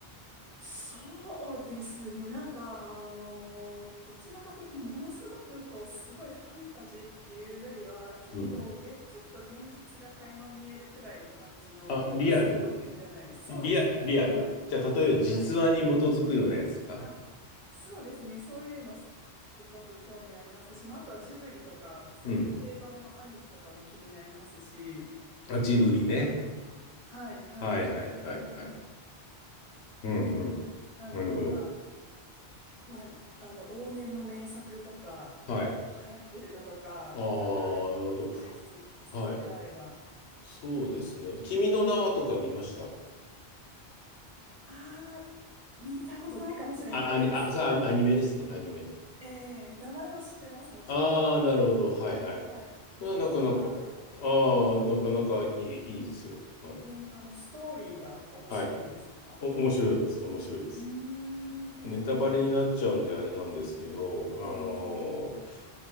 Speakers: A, on the right; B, on the left.
A: そうですね。なんか、あの、どちらかというと、ものすごく、こう、すごいファンタジーっていうよりは、結構現、
B: うん。
A: ちょっと現実が垣間見えるくらいの感じの方が好きかもしれないです。
B: あ、リアル
A: そうですね。
B: リア、リアル。
A: はい。
B: じゃあ、例えば実話に基づくようなやつとか。
A: はい。あ、そうですね。そういうのすごく興味ありますし、まあ、あとはジブリとか、そういう定番のアニメとかも気になりますし、
B: うん。あ、ジブリね。
A: はい、はい。
B: はいはいはいはい。うんうん。
A: なんでなんか、
B: なるほど。
A: まあ、あの、往年の名作とか、
B: はい。
A: 流行ってるのとか、
B: ああ、
A: なんかあれば、
B: なるほど。
A: おすすめして、おすすめがあれば。
B: はい。そうですね。君の名はとか見ました
A: あー、見たことないかもしれないです。
B: あ、アニ、あ、さあ、アニアニメですね。アニメ。
A: えー、名前は知ってます、もちろん。
B: ああ、なるほど。はいはい。
A: はい、はい。
B: それはなかなか、
A: 気にはなってたんですけど。
B: ああ、なかなかいい、いいですよ。はい。
A: えー、あの、ストーリーが面白いんですか
B: はい。お、面白いです。面白いです。
A: うーん、えー、
B: ネタバレになっちゃうんであれなんですけど、
A: え
B: あのー
A: ー、え